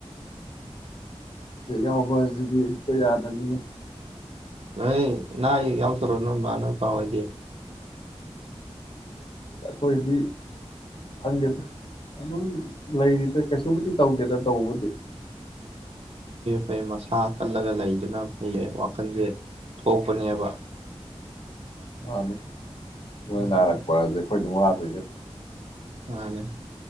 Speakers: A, on the left; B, on the right.
A: ꯑꯣꯒ ꯍꯣꯏꯖꯤꯗꯤꯣꯏ ꯌꯥꯗꯅꯤꯅꯦ
B: ꯅꯣꯏ ꯅ ꯨꯔꯅ ꯃ ꯄꯋꯥꯗꯤ
A: ꯑꯩꯈꯣꯏꯗꯤ ꯈꯪꯒꯦꯗ ꯑꯗꯨꯝ ꯂꯩꯔꯤꯗ ꯀꯩꯁꯨꯃꯗꯤ ꯇꯧꯗꯦꯗ ꯇꯧꯧꯕꯗꯤ
B: ꯑꯩꯣꯏ ꯃꯁꯥ ꯀꯜꯂꯒ ꯂꯩꯗꯨꯅ ꯐꯩꯌꯦ ꯋꯥꯈꯜꯁꯦ ꯊꯣꯛꯄꯅꯦꯕ
A: ꯑꯦ ꯂꯣꯏ
B: ꯎꯝ
A: ꯅꯥꯔꯛꯄꯁꯦ ꯑꯩꯈꯣꯏ ꯑꯗꯨꯝ ꯋꯥꯗꯣꯏ
B: ꯃꯥꯅꯦ